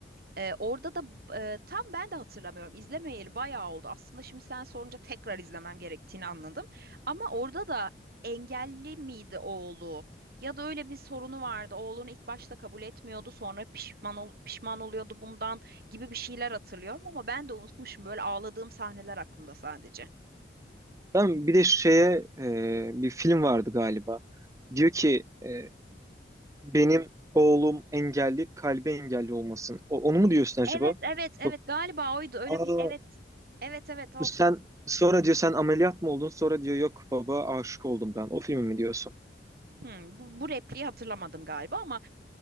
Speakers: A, on the right; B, on the right.
A: Ee, orada da e, tam ben de hatırlamıyorum. İzlemeyeli bayağı oldu. Aslında şimdi sen sorunca tekrar izlemem gerektiğini anladım. Ama orada da engelli miydi oğlu? Ya da öyle bir sorunu vardı. Oğlunu ilk başta kabul etmiyordu, sonra pişman ol- pişman oluyordu bundan gibi bir şeyler hatırlıyorum ama ben de unutmuşum. Böyle ağladığım sahneler aklımda sadece.
B: Ben bir de şeye e, bir film vardı galiba. Diyor ki e, benim oğlum engelli, kalbi engelli olmasın. O- onu mu diyorsun acaba?
A: Evet, evet, evet.
B: Yok.
A: Galiba oydu. Öyle
B: Aa,
A: bir evet. Evet, evet o.
B: Sen sonra diyor sen ameliyat mı oldun? Sonra diyor yok baba aşık oldum ben. O filmi mi diyorsun?
A: Hmm, bu, bu repliği hatırlamadım galiba ama